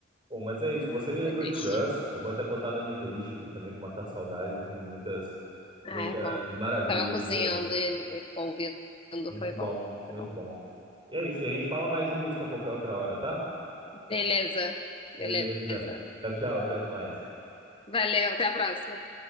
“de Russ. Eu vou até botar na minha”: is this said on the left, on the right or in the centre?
Right